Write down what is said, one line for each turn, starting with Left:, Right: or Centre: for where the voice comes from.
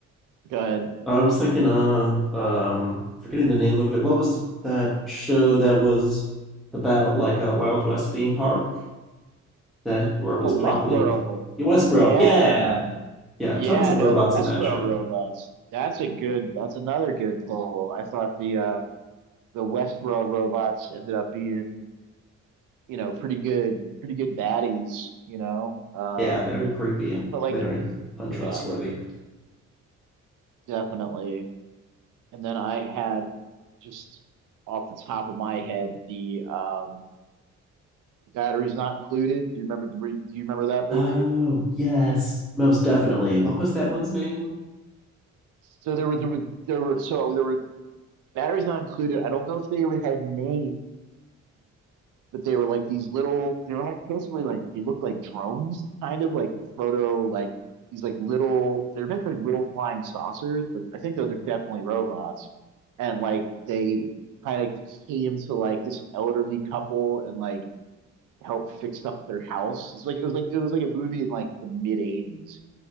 Right: Go ahead.
Centre: I was thinking um um forgetting the name of it. What was that show that was about like a Wild West theme park? that where it was
Right: Oh,
Centre: populated
Right: Westworld.
Centre: with Westworld.
Right: Yeah.
Centre: Yeah, yeah,
Right: Yeah,
Centre: tons of
Right: no,
Centre: robots
Right: the Westworld
Centre: on that show.
Right: robots. That's a good that's another good pull. I thought the uh the Westworld robots ended up being, you know, pretty good pretty good baddies, you know. Um
Centre: Yeah, very creepy and
Right: but like
Centre: very untrustworthy.
Right: yeah, definitely. And then I had just off the top of my head the um batteries not included. Do you remember do you remember that movie?
Centre: Oh, yes, most definitely. What was that one's name?
Right: So there were there were there were so there were Barry's not included. I don't know if they had names, but they were like these little. They were like basically like they looked like drones, kind of like proto like these like little. They're basically like little flying saucers, but I think those are definitely robots. And like they kind of came to like this elderly couple and like helped fix up their house. It's like it was like it was like a movie in like the mid '80s.